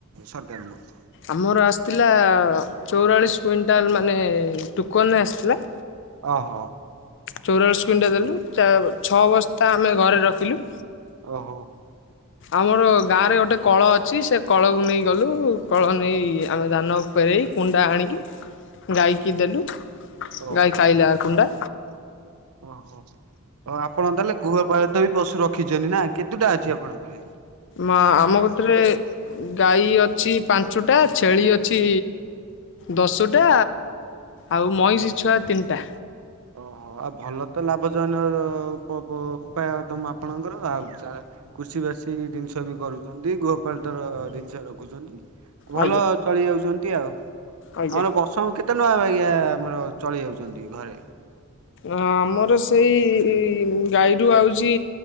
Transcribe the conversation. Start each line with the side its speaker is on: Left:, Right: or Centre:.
Right: ସରକାର ଙ୍କୁ?
Left: ଆମର ଆସିଥିଲା ଚଉରାଳିଶି କୁଇଣ୍ଟାଲ ମାନେ ଟୋକନ ଆସିଥିଲା
Right: ଓହୋ।
Left: ଚଉରାଳିଶି କୁଇଣ୍ଟା ଦେଲୁ ଛଅ ବସ୍ତା ଆମେ ଘରେ ରଖିଲୁ।
Right: ଓହୋ।
Left: ଆମର ଗାଁରେ ଗୋଟେ କଳ ଅଛି ସେ କଳକୁ ନେଇ ଗଲୁ କଳ ନେଇ ଆମେ ଧାନ ପେରେଇ କୁଣ୍ଡା ଆଣିକି ଗାଈକି ଦେଲୁ
Right: ଓହୋ।
Left: ଗାଈ ଖାଇଲା କୁଣ୍ଡା।
Right: ଓହୋ ଆପଣ ଦେଲେ ଗୃହ ପାଳିତ ବି ପଶୁ ରଖିଛନ୍ତି ନା କେତୁଟା ଅଛି ଆପଣଙ୍କ ଘରେ?
Left: ମା ଆମ କତିରେ ଗାଈ ଅଛି ପାଞ୍ଚଟା ଛେଳି ଅଛି ଦଶୁଟା ଆଉ ମଇଁଷି ଛୁଆ ତିନିଟା।
Right: ଓହୋ ଆଉ ଭଲ ତ ଲାଭଜନ ଉ ଉପାୟ ତମ ଆପଣଙ୍କର ଆଉ <unintelligible> କୃଷି ବାସୀ ଜିନିଷ ବି କରୁଛନ୍ତି ଗୃହପାଳିତ ର ଜିନିଷ ରଖୁଛନ୍ତି। ଭଲ
Left: ଆଜ୍ଞା
Right: ଚଳି ଯାଉଛନ୍ତି ଆଉ ଆମର
Left: ଆଜ୍ଞା।
Right: ବସ ସବୁ କେତେ ନୂଆ ବାଗିଆ ଆମର ଚଳି ଯାଉଚନ୍ତି ଘରେ।
Left: ଆମର ସେଇ ଗାଈରୁ ଆଉଚି